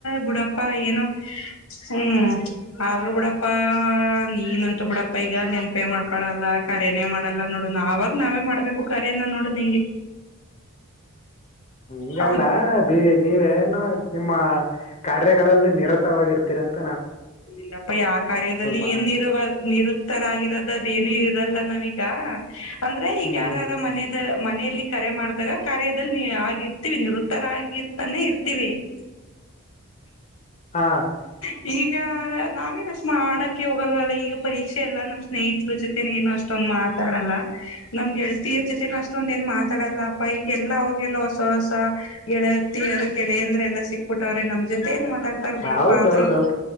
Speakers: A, on the left (about 75°); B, on the left (about 30°).
A: ಬುಡಪ್ಪ. ಪ್ಪಾ ಏನು ಹ್ಮ್ ಅದ್ರು ಬಿಡಪ್ಪಾ ನೀನಂತು ಬಿಡಪ್ಪ ಈಗ ನೆನ್ಪೇ ಮಾಡ್ಕೊಳಲ್ಲ ಕರೇನೇ ಮಾಡಲ್ಲ ನೋಡು ಅವಾಗ ನಾವೇ ಮಾಡ್ಬೇಕು ಕರೇನ ನೋಡು ನಿಂಗೆ.
B: ಹಂಗಲ್ಲ
A: ಹೌದ್
B: ಬಿ ನೀವೇ. ನರಸಿಂಹ. ಕಾರ್ಯಗಳಲ್ಲಿ ನಿರತವಾಗಿರ್ತರಂತ
A: ಇಲ್ಲಪ್ಪ ಯಾವ ಕಾರ್ಯದಲ್ಲಿ
B: ಮಾಡಕ್
A: ಏನ್ ನಿರುವ ನಿರುತ್ತರಾಗಿ ದ ಅದೇಏನ ಇರಲ್ಲ ನಾವೀಗ ಅಂದ್ರೆ ಈಗ
B: ಹ್ಮ್
A: ಯಾರ ಯಾರ ಮನದ. ಮನೆಯಲ್ಲಿ ಕರೆ ಮಾಡ್ದಾಗ ಕರದಲ್ಲಿ ಆಗಿರ್ತೀವಿ ನಿವೃತ್ತರ ಆಗರ್ತಾನೆ ಇರ್ತ <unintelligible>
B: ಹಾ
A: <unintelligible> ಹಾ ನಾವೇನ್ ಅಷ್ಟ ಮಾಡಕ ಹೋಗಲ್ವಲ್ಲ ಈಗ ಪರೀಕ್ಷೆ ಎಲ್ಲ ನಮ್ ಸ್ನೇಹಿತರ ಜೊತೆ ಏನು ಅಷ್ಟೊಂದ್ ಮಾತಾಡಲ್ಲ ನಮ್ ಗೆಳತಿಯರ್ ಜೊತೆನ ಅಷ್ಟೊಂದ ಏನ್ ಮಾತಾಡಲ್ಲ ಅಪ್ಪ ಈಗೆಲ್ಲಾ ಅವ್ರಗೆಲ್ಲ ಹೊಸ ಹೊಸ ಗೆಳತಿಯರು ಗೆಳೆಯಂದ್ರ ಎಲ್ಲ ಸಿಕ್ಬಿಟ್ಟವ್ರೆ ನಮ್ ಜೊತೆ ಏನ್ ಮಾಡ್ತಾರ ಬಿಡಪ್ಪ
B: ಹೌದೌದೌದ್
A: ಆದ್ರರು.